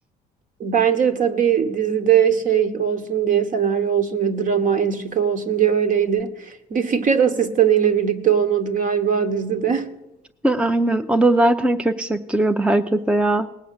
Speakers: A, on the right; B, in the centre.
A: Bence de tabii dizide şey olsun diye senaryo olsun ve drama, entrika olsun diye öyleydi. Bir Fikret asistanıyla birlikte olmadı galiba dizide. <laughs>
B: <laughs> Aynen. O da zaten kök söktürüyordu herkese ya.